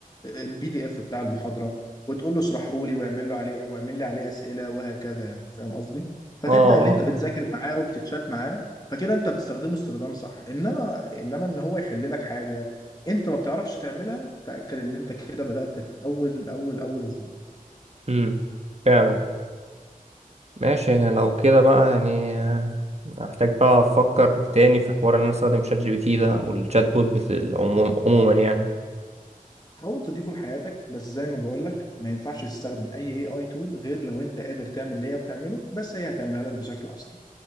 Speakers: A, on the left; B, on the right.
A: البي دي اف بتاع المحاضره وتقول له اشرحه لي واعمل له عليه واعمل لي عليه اسئله وهكذا يعني فاهم قصدي فتبدا
B: اه
A: ان
B: اه
A: انت بتذاكر معاه وبتتشات معاه فكده انت بتستخدمه استخدام صح انما انما ان هو يحل لك حاجه انت ما بتعرفش تعملها تأكد إن أنت كده بدأت في أول أول أول الخط
B: امم فعلا ماشي لو كده بقى يعني آه، هحتاج بقى أفكر تاني في حوار إن أنا أستخدم شات جي بي تي ده والشات بوت بت- عموم- عموما يعني
A: حاول تضيفه لحياتك بس زي ما بقولك ما ينفعش تستخدم أي AI tool غير لو أنت قادر تعمل اللي هي بتعمله بس هي هتعملها لك بشكل أسرع